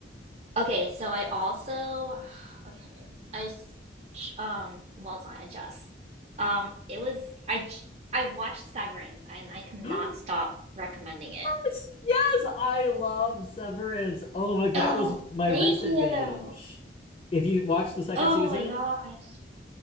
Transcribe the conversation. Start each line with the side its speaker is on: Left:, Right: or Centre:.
Right: Okay, so I also <sighs> okay. I s- j- um well it's not I just um it was I j- I watched Severance and I cannot
Left: <gasps>
Right: stop recommending it.
Left: Yes, yes, I love Severance. Oh my, that
Right: Oh,
Left: was my
Right: thank
Left: recent
Right: you.
Left: binge. If you watch the second
Right: Oh
Left: season,
Right: my gosh.